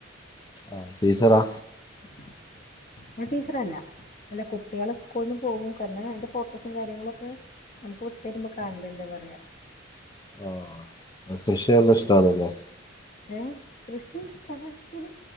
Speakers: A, on the left; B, on the left.
A: ആഹ് ടീച്ചറാ
B: <unintelligible> ടീച്ചറല്ല അല്ല കുട്ട്യാളെ സ്ക്കു സ്കൂൾന്ന് പോവും <unintelligible> അതിൻ്റെ ഫോട്ടോസും കാര്യങ്ങളൊക്കെ നമുക്ക് വിട്ടരുമ്പോ കാണലുണ്ട് പറയാ
A: ആഹ്. നിങ്ങൾക്ക് കൃഷി നല്ല ഇഷ്ടം ആണല്ലേ
B: ഏഹ് കൃഷി ഇഷ്ടാണ് എന്ന് വെച്ചാല്